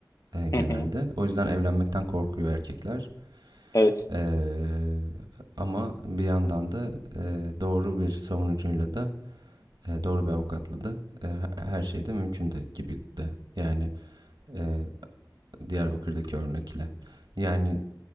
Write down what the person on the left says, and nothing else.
Hı hı.
Evet.